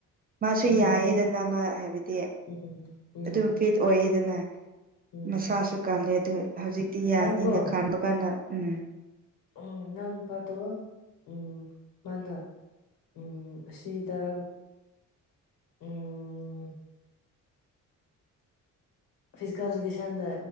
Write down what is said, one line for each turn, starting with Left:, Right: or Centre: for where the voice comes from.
Right: ꯃꯥꯁꯨ
Left: ꯎꯝ
Right: ꯌꯥꯏꯌꯦꯗꯅ ꯃꯥ ꯍꯥꯏꯕꯗꯤ
Left: ꯎꯝ ꯎꯝ
Right: ꯑꯗꯨꯝ ꯐꯤꯠ ꯑꯣꯏꯌꯦꯗꯅ
Left: ꯎꯝ
Right: ꯃꯁꯥꯁꯨ ꯀꯜꯂꯦ ꯑꯗꯨ ꯍꯧꯖꯤꯛꯇꯤ ꯌꯥꯅꯤꯅ
Left: ꯑꯩꯀꯣ
Right: ꯈꯥꯟꯕ ꯀꯥꯟꯗ ꯎꯝ
Left: ꯎꯝ ꯅꯥꯟ ꯅꯨꯄꯥꯇꯣ ꯎꯝ ꯃꯅꯥ ꯎꯝ ꯑꯁꯤꯗ ꯎꯝ ꯐꯤꯖꯤꯀꯦꯜ ꯑꯦꯖꯨꯀꯦꯁꯟꯗ ꯃ